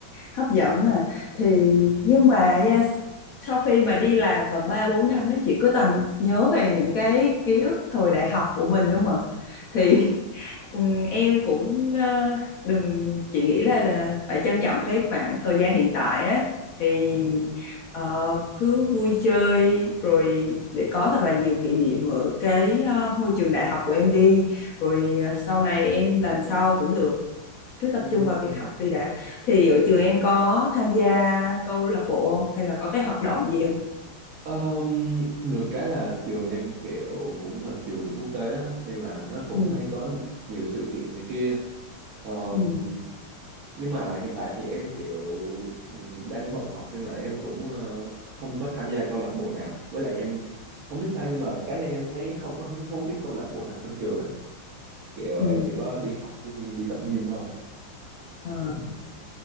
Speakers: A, on the left; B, on the right.
A: hấp dẫn mà thì nhưng mà nha, sau khi mà đi làm tầm 3 4 năm ấy chị cứ toàn nhớ về những cái ký ức thời đại học của mình đúng không ạ? Thì <laughs> ừ, em cũng ờ, đừng chị nghĩ là, là phải trân trọng cái khoảng thời gian hiện tại á thì
B: ừm.
A: ờ, cứ vui chơi rồi để có thật là nhiều kỷ niệm ở cái ờ, ngôi trường đại học của em đi rồi à, sau này em làm sao cũng được cứ tập
B: Ừm.
A: trung vào việc học đi đã thì ở trường em có tham gia câu lạc bộ không hay là có cái hoạt động gì không
B: Ờm, được cái là trường em kiểu cũng là trường quốc tế á, nên là nó cũng
A: ừ
B: hay có nhiều sự kiện này kia. Ờm,
A: ừ
B: nhưng mà hiện tại thì em kiểu ừm, đang bận học nên là em cũng ờ, không có tham gia câu lạc bộ nào. Với lại em không biết sao nhưng mà cá nhân em thấy không có hứng thú với câu lạc bộ nào trong trường á. Kiểu
A: ừ
B: em chỉ có đi học với đi tập gym thôi.
A: Ờ.
B: <clears throat>